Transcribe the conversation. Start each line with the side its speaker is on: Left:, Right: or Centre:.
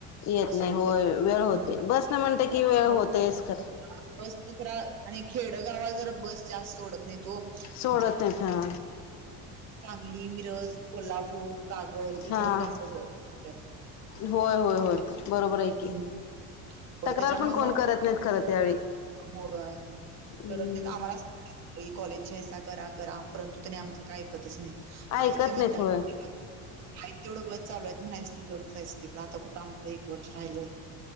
Left: येत
Right: असं
Left: नाही
Right: होतं
Left: होय वेळ होते,
Right: मग ते काय
Left: बसन
Right: करायचं,
Left: म्हणते की वेळ होतयच
Right: मग
Left: ख.
Right: हा बस आणि खेडगावाला जरा बस जास्त सोडत नाही ओ. <inaudible>
Left: सोडत नाहीत हा
Right: सांगली, मिरज, कोल्हापूर कागल
Left: हा
Right: इकड जास्त. करतात
Left: होय होय होय बरोबर आहे. की.
Right: हम्. <inaudible> होय
Left: तक्रार
Right: त्याच्यामु
Left: पण कोण
Right: मग
Left: करत नाहीत खरं त्यावेळी
Right: <inaudible> होय
Left: हम्म
Right: करत नाहीत आम्हाला सळी कॉलेज हेसा करा-करा परंतु त्या आमचं काय ऐकतच नाही माझ
Left: ऐकत
Right: ते म्हण
Left: नाहीत होय.
Right: <inaudible> हाईत तेवढं बस चालू आहेत म्हणायचं आणि ग बसायचं ते पण आता कुठं आमचं एक वर्ष राहिलंय.